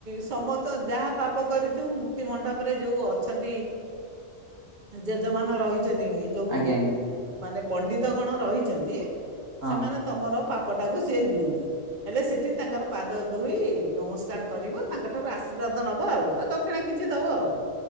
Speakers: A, on the right; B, on the right.
A: ସମସ୍ତ ଯାହା ପାପ କରିଥୁ ମୁକ୍ତିମଣ୍ଡପରେ ଯେଉଁ ଅଛନ୍ତି। ଯଜମାନ ରହିଛନ୍ତି। ଯେଉଁ
B: ଆଜ୍ଞା ଆଜ୍ଞା
A: ମାନେ ପଣ୍ଡିତଗଣ ରହିଛନ୍ତି
B: ହଁ
A: ସେମାନେ ତମର ପାପଟାକୁ ସିଏ ନିଅନ୍ତି ହେଲେ ସେଠି ତାଙ୍କର ପାଦ ଧୋଇ ନମସ୍କାର ଚାର କରିବୁ ତାଙ୍କଠାରୁ ଆସ ନବ ଆଉ ଆଉ ଦକ୍ଷିଣା କିଛି ଦବ ଆଉ